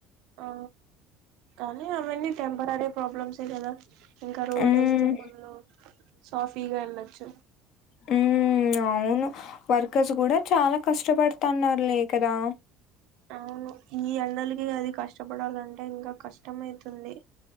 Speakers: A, on the right (about 65°); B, on the left (about 50°).
A: ఆ కానీ అవన్ని టెంపరీ ప్రాబ్లమ్స్ ఎ కదా ఇంకా రోడ్
B: మ్మ్
A: ఎస్తే వళ్ళు సాఫీగా ఎల్లచ్చు
B: హ్మ్. అవును. వర్కర్స్ గూడా చాలా కష్టపడుతాన్నారు లే కదా
A: అవును ఈ ఎండలకి అది కష్టపడాలంటే ఇంకా కష్టం అయితుంది